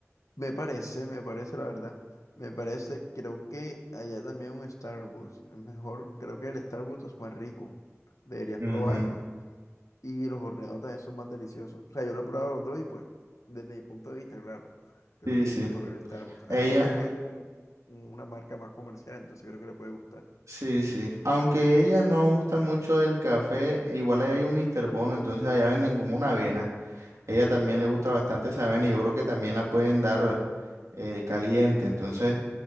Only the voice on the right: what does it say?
Ujú.
Sí,
sí.
Ella,
sí, sí. Aunque ella no gusta mucho del café, igual ahí hay un Mr. Bono, entonces allá venden como una avena. ella también le gusta bastante esa avena y yo creo que también la pueden dar eh, caliente. Entonces,